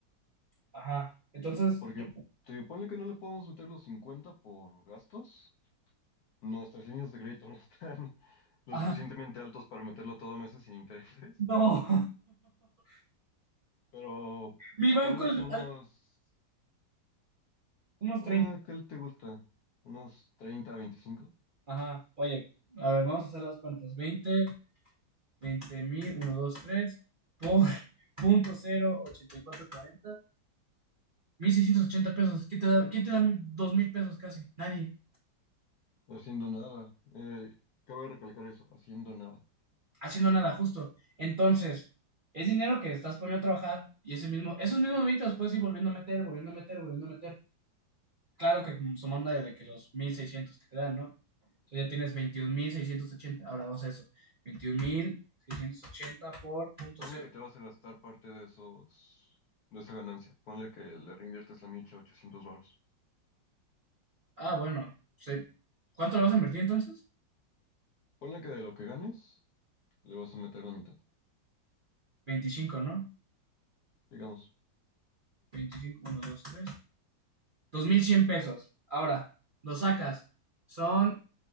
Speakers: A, on the right; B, on the left.
A: Ajá. Entonces,
B: Porque,
A: yo,
B: te digo, ponle que no le podemos meter los 50 por gastos. Nuestras líneas de crédito <laughs> no están lo
A: ajá,
B: suficientemente altos para meterlo todo a meses sin intereses,
A: no. <laughs>
B: <laughs> pero
A: Mi banco,
B: ponle
A: al-
B: que unos,
A: unos
B: ah,
A: treinta
B: ¿qué te gusta? Unos 30 25
A: Ajá. Oye, a ver, vamos a hacer las cuentas. veinte veinte mil uno dos tres por <laughs> punto cero ochenta y cuatro cuarenta mil seiscientos ochenta pesos. ¿Quién te da, quién te da 2.000 pesos casi? Nadie,
B: no haciendo nada. Eh, cabe recalcar eso, haciendo nada.
A: haciendo nada, justo. Entonces, es dinero que estás poniendo a trabajar y ese mismo, esos mismos 20 los puedes ir volviendo a meter, volviendo a meter, volviendo a meter. Claro que sumando desde que los 1.600 que te dan, ¿no? Entonces ya tienes veintiún mil seiscientos ochenta Ahora vamos a eso. veintiún mil seiscientos ochenta por punto
B: Ponle
A: cero.
B: que te vas a gastar parte de esos, de esa ganancia. Ponle que le reinviertes la micha 800 baros.
A: Ah, bueno. se- ¿Cuánto lo vas a invertir entonces?
B: Ponle que de lo que ganes, le vas a meter la mitad,
A: veinticinco ¿no?
B: digamos.
A: veinticinco uno dos tres dos mil cien pesos. Ahora, lo sacas. Son,